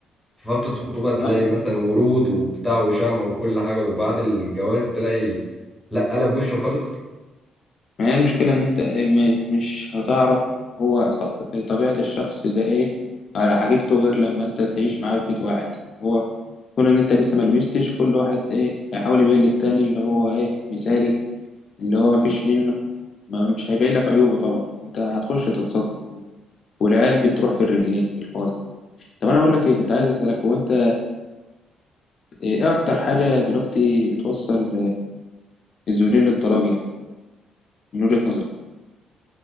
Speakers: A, in the centre; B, on the left.
A: في فترة الخطوبة تلاقي
B: آه.
A: مثلا ورود وبتاع وشمع وكل حاجة وبعد الجواز تلاقي لا قلب وشه خالص
B: ما هي المشكله ان انت إيه، م- مش هتعرف هو ص- طبيعه الشخص ده ايه على حقيقته غير لما انت تعيش معاه في بيت واحد هو كون ان انت لسه ما لبستش كل واحد ايه هيحاول يبين للتاني اللي هو ايه مثالي اللي هو ما فيش منه ما مش هيبين لك عيوبه طبعا انت هتخش تتصدم والعيال بتروح في الرجلين في الحوار ده طب انا اقول لك ايه كنت عايز اسالك هو انت ايه اكتر حاجه دلوقتي بتوصل الزوجين للطلاق يعني من وجهة نظرك